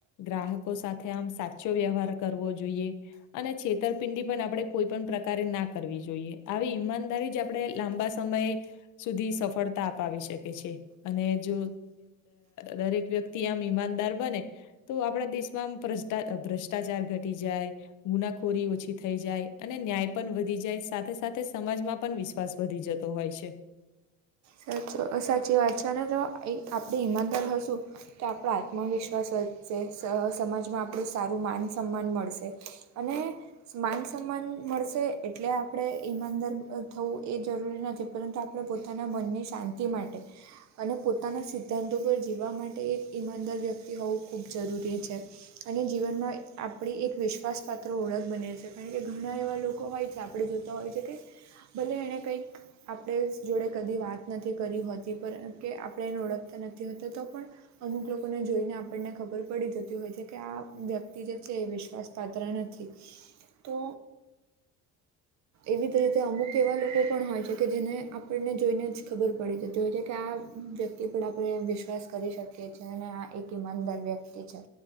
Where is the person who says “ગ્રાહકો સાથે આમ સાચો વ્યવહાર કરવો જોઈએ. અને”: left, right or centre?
Left